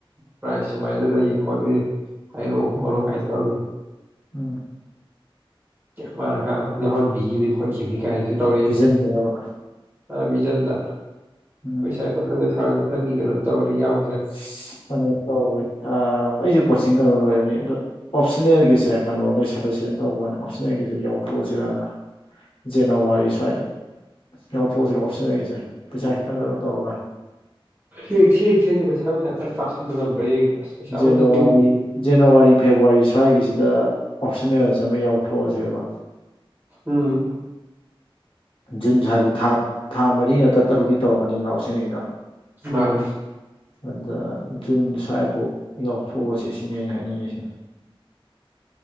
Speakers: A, on the right (about 25°); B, on the left (about 70°).
A: ꯄ꯭ꯔꯥꯏꯁ ꯁꯨꯃꯥꯏꯅ ꯂꯩꯌꯦ ꯈꯣꯠꯂꯤ ꯍꯥꯏꯔꯣꯛ
B: ꯎꯝ
A: ꯈꯣꯠꯂꯣ ꯀꯥꯏꯅꯥ ꯇꯧꯔꯝꯃꯤ
B: ꯎꯝ
A: ꯃꯥꯅ ꯑꯉꯥꯡ ꯌꯥꯎꯍꯟꯕꯤꯈꯤꯕꯅꯤ ꯈꯣꯠꯈꯤꯕꯅꯤ ꯀꯥꯏꯅꯁꯨ ꯇꯧꯔꯛꯑꯦ
B: ꯄꯤꯖꯟꯕꯤꯔꯕ
A: ꯑ ꯕꯤꯖꯟꯗ
B: ꯎꯝ
A: ꯑꯈꯣꯏꯁꯥꯏ ꯃꯊꯪꯗ ꯊꯔꯗꯤ ꯃꯊꯪꯒꯤ ꯀꯩꯅꯣ ꯇꯧꯔꯗꯤ ꯌꯥꯎ
B: <unintelligible> ꯇꯧꯋꯤ ꯑꯩꯁꯨ ꯀꯣꯆꯤꯡ ꯀꯩꯅꯣ ꯂꯣꯏꯔꯅꯤ ꯑꯗꯨ ꯑꯣꯞꯁꯅꯦꯜꯒꯤꯁꯦ ꯀꯩꯅꯣ ꯂꯣꯏꯁꯜꯂꯁꯦꯅ ꯇꯧꯕꯅꯤ ꯑꯣꯞꯁꯟꯅꯜꯒꯤꯁꯦ ꯌꯥꯎꯊꯣꯛꯑꯥꯁꯤꯔꯥꯅꯥ ꯖꯅꯋꯥꯔꯤ ꯁ꯭ꯋꯥꯏꯗ ꯌꯥꯎꯊꯣꯛꯑꯁꯤꯔ ꯑꯣꯞꯁꯤꯟꯅꯒꯤꯁꯦ ꯄꯩꯁꯥ ꯈꯤꯇꯪ ꯀꯩꯅꯣ ꯇꯧꯔꯒ
A: ꯌꯦꯡꯁꯤ ꯌꯦꯡꯁꯤ ꯑꯩꯗꯤ ꯄꯩꯁꯥ ꯅꯨꯡꯁꯥ ꯈꯔ ꯇꯥꯁꯟꯕ ꯉꯝꯕ꯭ꯔꯥ ꯌꯦꯡꯒꯦ ꯄꯩꯁꯥ
B: ꯖꯦꯅꯋꯥꯔꯤ
A: ꯑꯃꯇ ꯇꯨꯡꯗꯦ
B: ꯖꯅꯋꯥꯔꯤ ꯐꯦꯕꯋꯥꯔꯤ ꯁ꯭ꯋꯥꯏꯒꯤꯁꯤꯗ ꯑꯣꯞꯁꯟꯅꯜꯁ ꯑꯃ ꯌꯥꯎꯊꯣꯛꯑꯁꯦꯕ
A: ꯎꯝ
B: ꯖꯨꯟ ꯁꯨꯋꯥꯏꯕꯣ ꯊꯥ ꯊꯥ ꯃꯔꯤ ꯅꯠꯇ꯭ꯔ ꯇꯔꯨꯛꯇꯤ ꯇꯧꯔꯛꯀꯅꯤꯗꯅ ꯑꯣꯄꯁꯅꯦꯜꯒꯤꯗꯣ
A: ꯃꯥꯅꯤ
B: ꯑꯗꯥ ꯖꯨꯟ ꯁ꯭ꯋꯥꯏꯐꯥꯎ ꯌꯥꯎꯊꯣꯛꯑꯁꯤ ꯁꯤꯅꯦ ꯑꯩꯅꯥ ꯍꯥꯏꯅꯤꯡꯉꯤꯁꯤꯅ